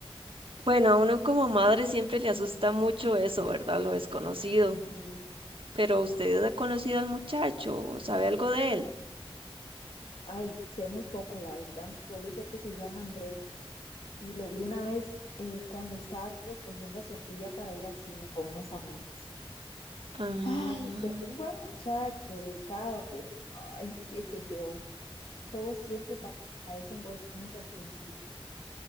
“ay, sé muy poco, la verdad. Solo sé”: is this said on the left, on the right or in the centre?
Left